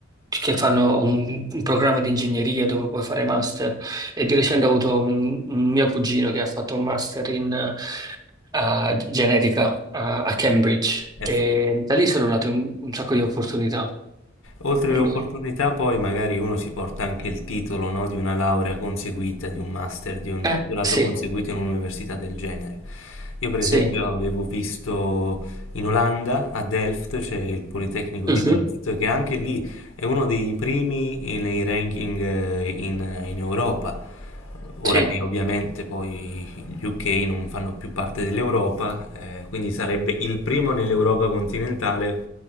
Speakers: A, on the right; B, on the left.
A: che fanno un, un programma di ingegneria dove puoi fare master. E di recente ho avuto un, un mio cugino che ha fatto un master in eh, ah, genetica ah, a Cambridge.
B: eh,
A: E da lì sono nate un un sacco di opportunità
B: Oltre
A: per
B: l'opportunità,
A: lui.
B: poi magari uno si porta anche il titolo, no, di una laurea conseguita, di un master, di un
A: Eh,
B: dottorato
A: sì,
B: conseguito in un'università del genere. Io, per esempio,
A: sì,
B: avevo visto in Olanda, a Delft, c'è il Politecnico di
A: mhm,
B: Delft, che anche lì è uno dei primi nei ranking eh, in, in Europa. Ora
A: sì,
B: che ovviamente poi gli UK non fanno più parte dell'Europa, eh, quindi sarebbe il primo nell'Europa continentale,